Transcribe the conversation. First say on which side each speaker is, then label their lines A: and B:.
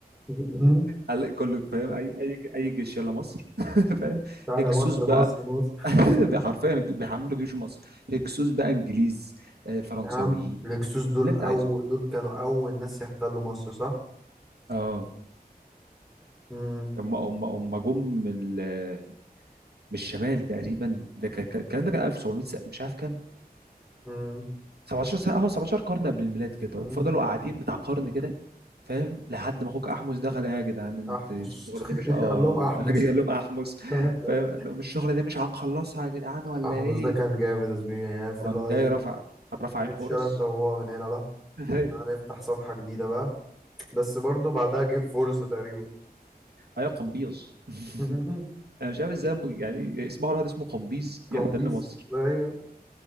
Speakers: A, in the centre; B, on the right.
A: <laughs>
B: قال كله فاهم اي اي اي جيش يلا مصر <laughs> فاهم
A: تعالى
B: هكسوس
A: مصر
B: بقى
A: مصر مصر
B: <laughs>
A: <laughs>
B: حرفيا بيحملوا جيش مصر هكسوس بقى انجليز آه، فرنساويين
A: نعم الهكسوس دول
B: اللي انت
A: أو
B: عايزه
A: دول كانوا أول ناس يحتلوا مصر صح؟
B: اه
A: مم.
B: هم هم هم جم من ال- من الشمال تقريبا ده كان كان- الكلام ده كان 1700 سنة- مش عارف كام
A: مم.
B: 17 سنه اه 17 قرن قبل الميلاد كده
A: مم.
B: وفضلوا قاعدين بتاع قرن كده فاهم لحد ما اخوك احمس دخل إيه يا جدعان انت
A: احمس
B: الشغله دي مش
A: <laughs>
B: اه
A: قال لهم احمس
B: انا جاي قال لهم احمس
A: <laughs>
B: فاهم قال لهم الشغله دي مش هنخلصها يا جدعان ولا
A: احمس
B: ايه
A: ده كان جامد يا زميلي يعني عارف
B: وقام
A: اللي هو
B: جاي
A: ايه
B: رفع رفع عين
A: اتشال
B: حورس
A: انت وهو من هنا لا
B: <laughs>
A: هنفتح صفحة جديدة بقى بس برضو بعدها جه الفرصة تقريبا
B: ايوه قمبيز
A: <laughs>
B: <laughs> انا مش عارف ازاي م- يعني اسمه الواحد اسمه قمبيز
A: كومبيز
B: يحتل مصر
A: ايوه